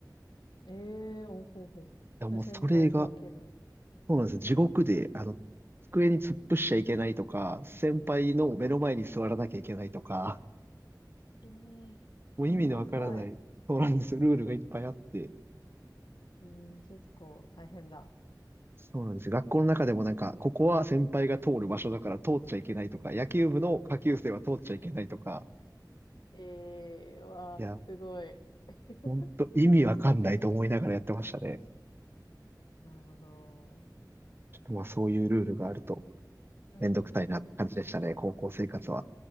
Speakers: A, on the left; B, on the right.
A: ええー、おほうほう。
B: いやもうそれが、
A: じゃあ先輩と受けるみた
B: そうなんですよ。地獄で、あの、机に突っ伏しちゃいけないとか、先輩の目の前に座らなきゃいけないとか、
A: い。ええー、
B: もう意味のわからない、
A: めんどくさい。
B: そうなんですよ。ルールがいっぱいあって。
A: うん、結構大変だ。
B: そうなんですよ。学校の中でもなんか、ここは先輩が通る場所だから通っちゃいけないとか、野球部の下級生は通っちゃいけないとか、
A: ええー、わあ、
B: いや、
A: すごい。<laughs>
B: ほんと意味わかんないと思いながらやってましたね。
A: うんなるほど。
B: ちょっとまあそういうルールがあると
A: うんうん。
B: めんどくさいなって感じでしたね、高校生活は。